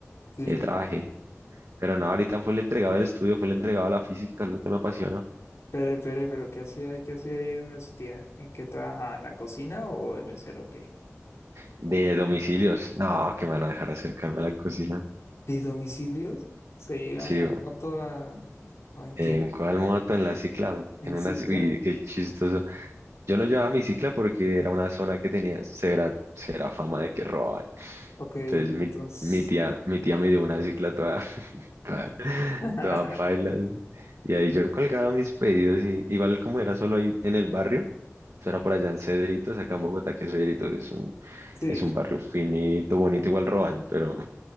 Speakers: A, on the left (about 70°); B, on the right (about 75°).
A: Sí.
B: ahí trabajé. Pero no, ahorita fue el entregado del estudio, fue el entregado a la física, es lo que me apasiona.
A: Pero, pero, pero, ¿qué hacía ahí? ¿Qué hacía ahí donde su tía? ¿En qué trabajaba? ¿En la cocina o de mesero o qué?
B: De domicilios. No, que me van a dejar acercarme a la cocina.
A: ¿De domicilios? ¿Se iba
B: Sí,
A: en la
B: güey.
A: moto a- o en qué?
B: ¿en cuál moto? En la cicla.
A: ¿En
B: En una,
A: Cicla?
B: ci- uy, qué chistoso. Yo no llevaba mi cicla porque era una zona que tenía severa, severa fama de que robaban.
A: Ok, entonces.
B: Entonces mi, mi tía, mi tía me dio una cicla toda, <laughs> toda,
A: <laughs>
B: toda paila. Y ahí yo colgaba mis pedidos y igual como era solo ahí en el barrio. Eso era por allá en Cedritos, acá en Bogotá, que Cedritos es un,
A: Sí,
B: es un
A: sí.
B: barrio finito, bonito, igual roban, pero